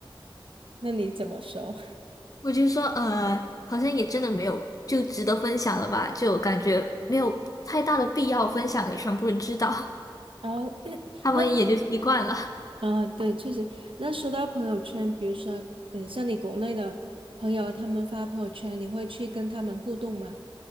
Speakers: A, on the right; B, on the left.
A: <laughs> 那你怎么说？
B: 我就说：“呃，好像也真的没有，就值得分享了吧，就感觉没有太大的必要分享给全部人知道，
A: 然后，<coughs> <clears throat>
B: 他们也就习惯了。
A: 那。啊，对，确实。那说到朋友圈，比如说，嗯，像你国内的朋友啊，他们发朋友圈，你会去跟他们互动吗？